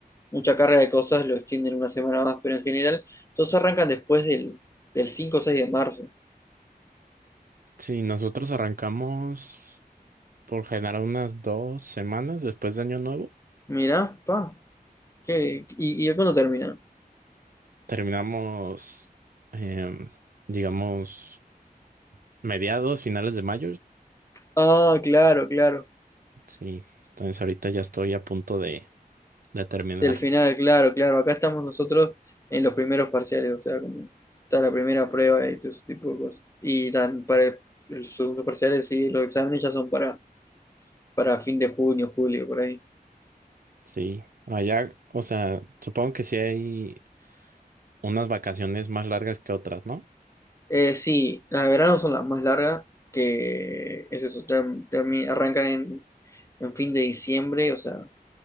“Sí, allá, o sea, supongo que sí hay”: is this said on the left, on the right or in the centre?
Right